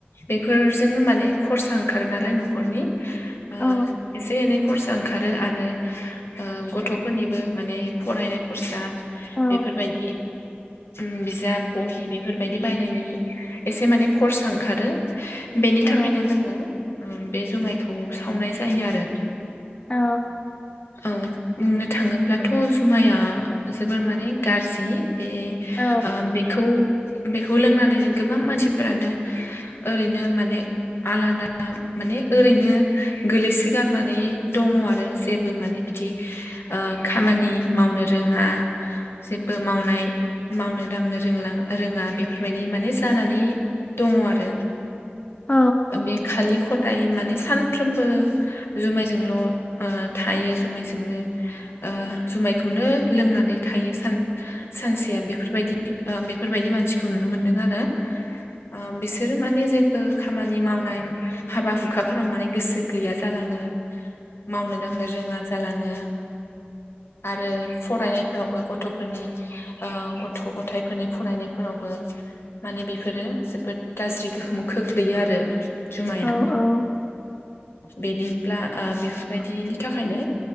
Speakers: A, on the left (about 80°); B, on the left (about 25°).
A: बेफोरजोंनो माने खरसा ओंखारो नालाय न'खरनि ओ
B: औ
A: एसे-एनै खरसा ओंखारो आरो ओ गथ'फोरनिबो माने फरायनाय खरसा
B: औ
A: बेफोरबायदि ओम बिजाब बहि बेफोरबायदि बायनायनि एसे माने खरसा ओंखारो बेनि
B: औ
A: थाखायनो जोङो ओम बे जुमायखौ सावनाय जायो आरो
B: औ
A: औ बुंनो थाङोब्लाथ' जुमाया जोबोर माने गारजि बे
B: औ
A: ओ बेखौ बेखौ लोंनानैनो गोबां मानसिफोरानो ओरैनो माने आलादा माने ओरैनो गोलैसोगारनानै दङ आरो जेबो माने बिदि खामानि मावनो रोङा जेबो मावनाय मावनो दांनो रों रोङा बेफोरबायदि माने जानानै दङ आरो
B: औ
A: बे खालि खदाय माने सानफ्रोमबो जुमायजोंल' ओ थायो जुमायजोंनो ओ जुमायखौनो लोंनानै थायो सानसेया बेफोरबायदि बेफोरबायदि मानसिखौ नुनो मोनदों आरो आ बिसोर माने जे खामानि मावनाय हाबा हुखाफोराव माने गोसो गैया जालाङो मावनो दांनो रोङा जालाङो आरो फरायनायफोरावबो गथ'फोरनि गथ' गथायाइफोरनि फरायनायफोरावबो माने बेफोरो जोबोद गाज्रि गोहोम खोख्लैयो आरो जुमाया
B: औ औ
A: बिदिब्ला बेफोरबायदिनि थाखायनो